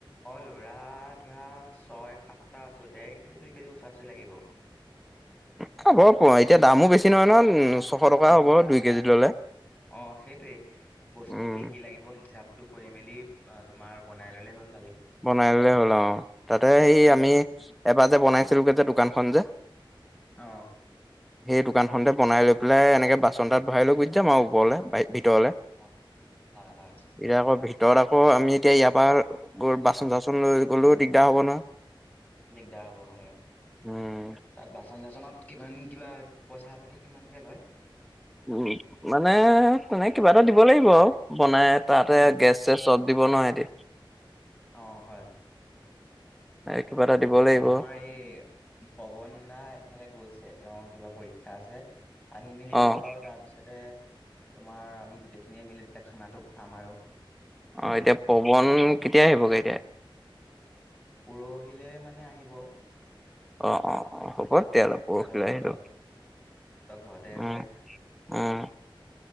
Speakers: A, on the left (about 15°); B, in the centre.
A: অ' লৰা ধৰা ছয় সাতটা আছো। দেৰ কেজি দুই কেজি ওচৰা চৰি লাগিব।
B: হ'ব এতিয়া দামো বেছি নহয় নহয় ছশ টকা
A: নহ
B: হ'ব দুই কেজি ল'লে।
A: অ' সেইটয়ে বস্তু
B: উম,
A: কি কি লাগিব হিচাপ। কৰি মেলি অ' তোমাৰ বনাই ল'লে হ'ল। জালি
B: বনাইলে হ'ল অ' তাতে সেই আমি এবাৰ যে বনাইছিলোগে যে দোকানখনন যে
A: অ
B: সেই দোকান খতে বনাই লৈ পফে এনেে বানাতৰা লৈ গুজ যাম আৰু ওপৰলৈ ভিতৰলৈ
A: হয় হয় হয়
B: এ আকৌ ভিতৰত আকৌ আমি এতিয়া ইয়াৰ পৰা গ বাচন চাচন লৈ গ'লেও দিগদাৰ হ'ব নহয়,
A: দিগদাৰ হ'ব হয়,
B: উম,
A: তাত বাচন চাচনত কিমান কিবা পইচা পাতি কিমানকে লয়?
B: উম, মানে তেনে কিবা এটা দিব লাগিব আও, বনাই তাতে
A: উম,
B: গেছ -চেছ চব দিব নোৱাৰে হেঁতি?
A: অ' হয়।
B: কিবা এটা
A: তাকেহে,
B: দিব লাগিব
A: আমাৰ এই পৱনদা এফালে গৈছে। তেওঁ কিবা পৰীক্ষা শিক্ষা আছে আহি মেলি লওঁ‌ক
B: অ'।
A: আৰু তাৰপিছতে। তোমাৰ, আমি গোটেইখিনিয়ে মিলি যেতিয়া খানাটো খাম আৰু
B: অ' এতিয়া পৱন কেতিয়া আহিবগে এতিয়া?
A: পৰহিলে মানে আহিব।
B: অ' অ' অ' <unintelligible>
A: <unintelligible>
B: পৰহিলৈ আহিলো
A: ঘৰতে আছে!
B: উম উম,